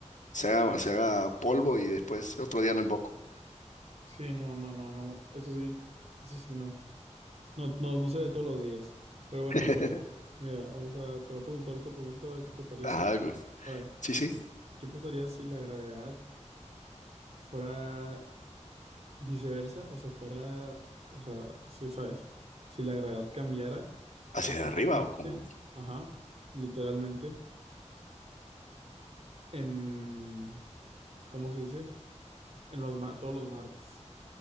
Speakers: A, on the left (about 80°); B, on the right (about 60°).
A: se haga, se haga polvo y después otro día lo invoco.
B: Sí, no, no, no, no, eso sí, eso sí, no. No, no, no sería todos los días. Pero bueno,
A: <laughs>
B: mira, vamos a, te voy a preguntar otra pregunta, a ver qué te parece.
A: Ajá, güey.
B: A ver,
A: sí, sí.
B: ¿qué pasaría si la gravedad fuera viceversa? O sea, fuera, o sea, sí, sabes, si la gravedad cambiara
A: Hacia
B: completamente,
A: arriba o como
B: ajá, literalmente, en, ¿cómo se dice? En los, ma- todos los martes.